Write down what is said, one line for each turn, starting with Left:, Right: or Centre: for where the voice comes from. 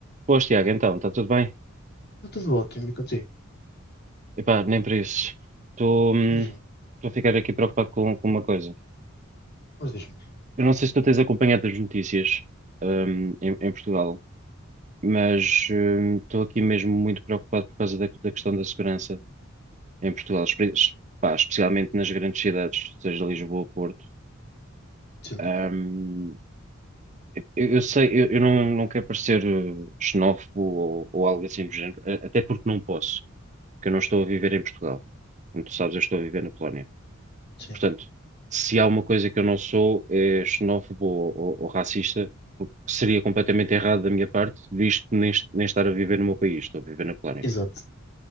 Right: Boas, Tiago, então, está tudo bem?
Left: Está tudo ótimo, e contigo?
Right: Epá, nem por isso. Estou hum,
Left: Então diz lá.
Right: estou a ficar aqui preocupado com, com uma coisa.
Left: Ora, diz-me.
Right: Eu não sei se tu tens acompanhado as notícias hum, em, em Portugal, mas hum, estou aqui mesmo muito preocupado por causa da, da questão da segurança em Portugal, espe- es- pá, especialmente nas grandes cidades, seja Lisboa ou Porto.
Left: Entendo.
Right: Hum, eu, eu sei, eu, eu não, não quero parecer eh, xenófobo ou, ou algo assim do género, a- até porque não posso, porque eu não estou a viver em Portugal. Como tu sabes, eu estou a viver na Polónia.
Left: Sim.
Right: Portanto, se há uma coisa que eu não sou, é xenófobo ou, ou- ou racista, o que seria completamente errado da minha parte, visto nem, est- nem estar a viver no meu país, estou a viver na Polónia.
Left: Exato.